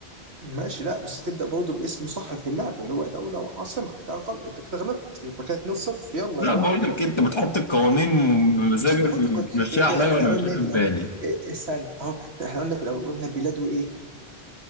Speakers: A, on the right; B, on the left.
A: ماشي لا بس تبدا برضه باسم صح في اللعبه اللي هو دوله وعاصمه ده غلط انت كده غلطت يبقى كده 2-0 يلا
B: لا
A: اللي
B: بقول
A: بعده
B: لك انت بتحط القوانين بمزاجك
A: مش بحط
B: وتمشيها
A: قد... إيه- إيه،
B: عليا
A: احنا
B: وانا
A: قلنا
B: مش واخد
A: ايه في الاول
B: بالي
A: إيه- إيه سن اهو احنا قلنا في الاول قلنا بلاده ايه